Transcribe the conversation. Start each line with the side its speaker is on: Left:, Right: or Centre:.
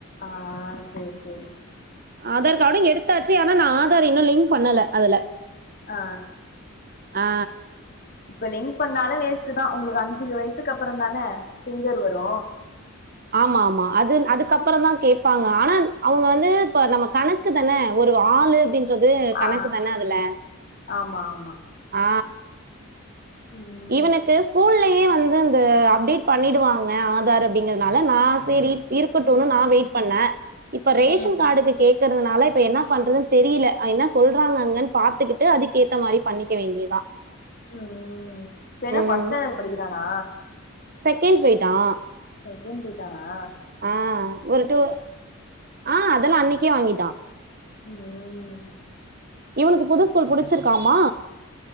Left: ஆ சேர் சேரி
Right: ஆதார் கார்டு எடுத்தாச்சு ஆனா நா ஆதார் இன்னு லிங்க் பண்ணல அதுல
Left: ஆ
Right: ஆ
Left: இப்ப லிங்க் பண்ணாலு வேஸ்டுதா உங்ளுக்கு அஞ்சுகு வயசுக்கப்பறந் தானே பிங்கர் வரு
Right: ஆமா ஆமா அது அதுக்கப்பறந்தா கேப்பாங்க ஆனா அவுங்க வந்து இப்ப நம்ம கணக் க்கு தனே ஒரு ஆளு அப்டின்றது கணக்கு
Left: ஆ
Right: தான அதுல
Left: ஆமா ஆமா
Right: ஆ
Left: ம்
Right: இவனுக்கு ஸ்கூல்லயே வந்து இந்த அப்டேட் பண்ணிடுவாங்க ஆதார் அப்டிங்கிறதுனால நா செரி இருக்கட்டுன்னு நா வெயிட் பண்ணே இப்ப ரேஷன்
Left: ம்
Right: கார்டுக்கு கேக்கறதுனால இப் இப்ப என்னா பண்றதுன்னு தெரில என்னா சொல்றாங்க அங்கன்னு பாத்துகிட்டு அதுக்கேத்த மாறி பண்ணிக்க வேண்டியதா
Left: ம் இப்ப ஏனா
Right: ம்.
Left: ஃபஸ்ட் ஸ்டாண்டர்ட் படிக்கிறானா
Right: செகண்ட் போயிட்டா
Left: செகண்ட் பேய்ட்டானா
Right: ஆ ஒரு டூ ஆ அதெல்லா அன்னைக்கே வாங்கிடா
Left: ம்
Right: இவனுக்கு புது ஸ்கூல் புடிச்சிருக்காமா